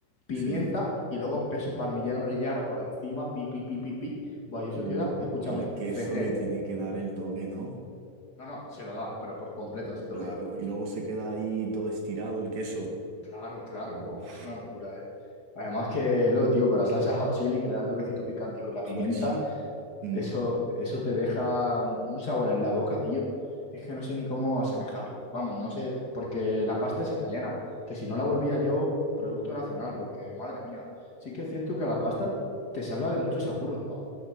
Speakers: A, on the left; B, on the right.
A: pimienta
B: Sí.
A: y luego peso parmigiano rillano por encima, pi, pi, pi, pi, pi. Buah, y
B: Uh,
A: eso queda, escúchame,
B: el queso
A: fetén.
B: le tiene que dar el toque, ¿no?
A: No, no, se lo da, pero por completo, así te
B: Claro,
A: lo digo. eh.
B: y luego se queda ahí todo estirado el queso.
A: Claro, claro,
B: Uf,
A: wow, es una locura, ¿eh? Además que, luego, tío, con la salsa hot chili que le da el toquecito picante y con la pimienta.
B: hot chili. Mm,
A: Eso, eso te deja un, un sabor en la boca, tío. Es que no sé ni cómo asemejarlo. Vamos, no sé, p- porque la pasta es italiana, que si no la volvía yo, producto nacional, porque madre mía, sí que es cierto que la pasta te salva de muchos apuros, ¿no?